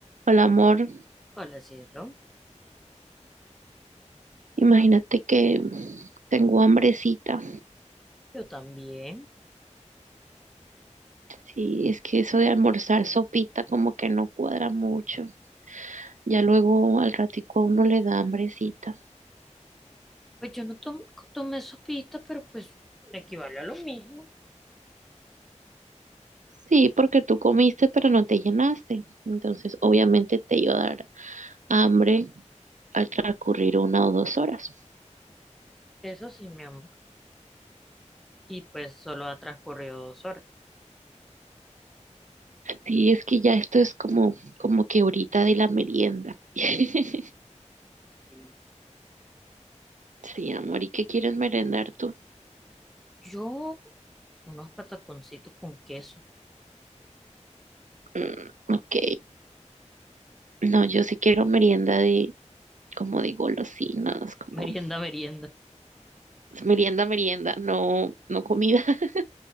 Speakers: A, on the right; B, in the centre.
A: Hola, amor.
B: Hola, cielo.
A: Imagínate que tengo hambrecita.
B: Yo también.
A: Sí, es que eso de almorzar sopita como que no cuadra mucho. Ya luego al ratico a uno le da hambrecita.
B: Pues yo no tom- tomé sopita, pero pues equivale a lo mismo.
A: Sí, porque tú comiste pero no te llenaste. Entonces, obviamente te iba a dar hambre al transcurrir una o dos horas.
B: Eso sí, mi amor. Y pues solo ha transcurrido dos horas.
A: Sí, es que ya esto es como, como que ahorita de la merienda. <laughs>
B: Sí.
A: Sí, amor, ¿y qué quieres merendar tú?
B: Yo, unos pataconcitos con queso.
A: Mm, ok. No, yo sí quiero merienda de, como de golosinas, como
B: <laughs> Merienda, merienda.
A: merienda, merienda, no, no comida. <laughs>